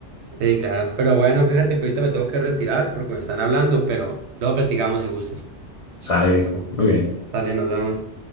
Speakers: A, on the right (about 70°); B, on the left (about 60°).
A: Sí, claro. Pero bueno, fíjate que ahorita me tengo que retirar porque me están hablando, pero luego platicamos si gustas.
B: Sale, viejo. Muy bien.
A: Sale, nos vemos.